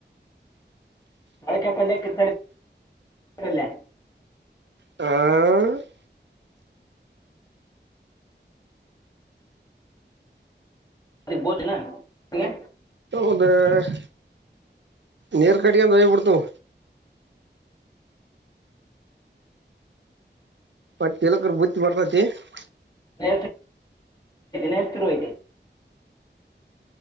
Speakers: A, on the left; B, on the right.
A: ಚೌಳಿಕಾಯಿ ಪಲ್ಯ, ಕಿರ್ಸಲಿ ಪಲ್ಯ -
B: ಆ <unintelligible>
A: ಅರಿ ಭೋಜನಾ <unintelligible>
B: ಒಂದು <inaudible> ನೀರ್ ಕಟ್ಗಂದ ಹೋಗ್ಬ ಬಿಡ್ತವ. ಮತ್ತ ಎಲಕ್ರ ಬತ್ತಿ ಬರ್ತತಿ <unintelligible>
A: ನ ನೇರ್ತಿರುವದೆ <unintelligible>